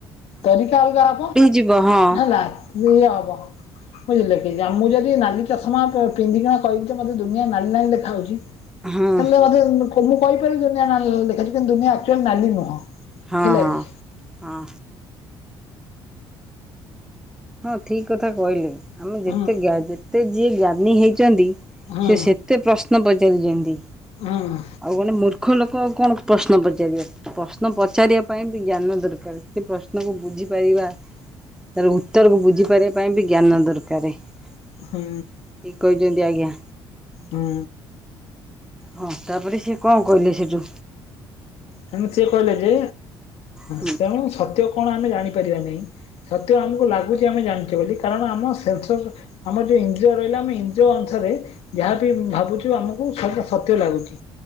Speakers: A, on the left; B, in the centre.
A: ତରିକା ଅଲଗା ହବ।
B: ଯିବ ହଁ।
A: ହେଲା କିଲିୟର ହବ। ବୁଝିଲେକି ମୁଁ ଯଦି ନାଲି ଚାଷମା ପିନ୍ଧିକିଣା କହିବି ମତେ ଦନିଆ ନାଲି ନାଲି ଦେଖା ହୋଉଚି
B: ହଁ
A: ତାେଲେ ଆଗେ ମୁଁ କହିପାରିବି ଦୁନିଆ ନାଲି ନାଲି ଦେଖା ହୋଉଚି କିନ୍ତୁ ଦୁନିଆ ଆକ୍ଚୁଆଲି ନାଲି ନୁହଁ।
B: ହଁ
A: ହେଲା
B: ହଁ
A: କି
B: ହଁ। ହଁ ଠିକ୍ କଥା କହିଲେ ଆମେ ଯେତେ
A: ହୁଁ
B: ଯେତେ ଯିଏ ଜ୍ଞାନୀ ହେଇଚନ୍ତି
A: ହୁଁ
B: ସିଏ ସେ ଏତେ ପ୍ରଶ୍ନ ପଚାରିଚନ୍ତି
A: ହୁଁ
B: ଆଉ କଣ ମୂର୍ଖ ଲୋକ ଆଉ କଣ ପ୍ରଶ୍ନ ପଚାରିବ। ପ୍ରଶ୍ନ ପଚାରିବା ପାଇଁ ବି ଜ୍ଞାନ ଦରକାର ସେ ପ୍ରଶ୍ନକୁ ବୁଝିପାରିବା ତାର ଉତରକୁ ବୁଝି ପାରିବା ପାଇଁ ବି ଜ୍ଞାନ ଦରକାରେ। ଠିକ୍
A: ହୁଁ
B: କହିଚନ୍ତି ଆଜ୍ଞା।
A: ହୁଁ।
B: ହଁ ତାପରେ ସିଏ କଣ କହିଲେ ସେଠୁ
A: ତେଣୁ ସିଏ କହିଲେ ଯେ
B: ହୁଁ
A: ତେଣୁ ସତ୍ୟ କଣ ଆମେ ଜାଣିପାରିବା ନାହିଁ। ସତ ଆମକୁ ଲାଗୁଚି ଆମେ ଜାଣିଛେ ବୋଲି କାରଣ ଆମ ସେନ୍ସର ଆମର ଯୋଉ ଇନ୍ଦ୍ରିୟ ରହିଲା ଆମେ ଇନ୍ଦ୍ରିୟ ଅନୁସାରେ ଯାହାବି ଭାବୁଛୁ ଆମକୁ ସତ୍ୟ ଲାଗୁଛି।